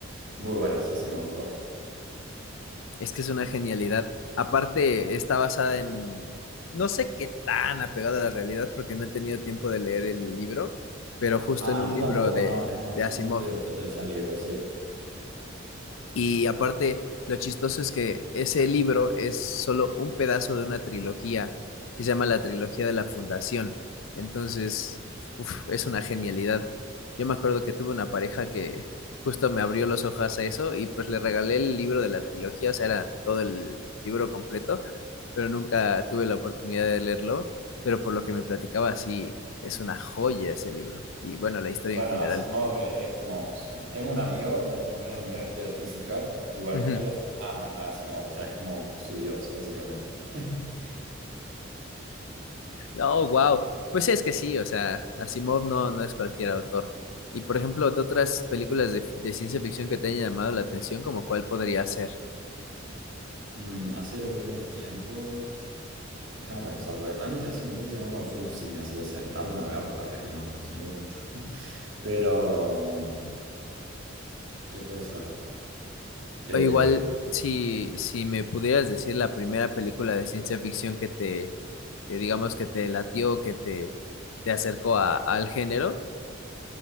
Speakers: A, on the right (about 80°); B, on the left (about 80°).
A: Muy buena, sí, sí, me gustó.
B: Es que es una genialidad. Aparte, está basada en, no sé qué tan apegada a la realidad porque no he tenido tiempo de leer el libro, pero justo
A: Ah,
B: en un
A: yo
B: libro
A: tampoco,
B: de,
A: ¿no? Es más,
B: de Asimov.
A: nunca le presté atención al libro, sí.
B: Y aparte, lo chistoso es que ese libro es solo un pedazo de una trilogía que se llama la trilogía de la Fundación. Entonces, uf, es una genialidad. Yo me acuerdo que tuve una pareja que justo me abrió los ojos a eso y pues le regalé el libro de la trilogía, o sea, era todo el libro completo, pero nunca tuve la oportunidad de leerlo. Pero por lo que me platicaba, sí, es una joya ese libro. Y bueno, la historia
A: Bueno,
B: en general.
A: Asimov es, es como, tengo un amigo, uno de mis mejores amigos estudia física y bueno,
B: Ujú.
A: ellos aman a Asimov, o sea, es como su dios, básicamente. <laughs>
B: Oh, wow. Pues es que sí, o sea, Asimov no, no es cualquier autor. Y por ejemplo, de otras películas de, de ciencia ficción que te hayan llamado la atención, ¿como cuál podría ser?
A: Mm, así de los últimos tiempos, déjame pensar, porque realmente hace mucho que no consumo cine, así de sentarme a ver, la verdad que no, hace muy mucho. <laughs> Pero, mm, ¿qué puede ser? Eh,
B: O igual, si, si me pudieras decir la primera película de ciencia ficción que te, que digamos que te latió, que te, te acercó a, al género.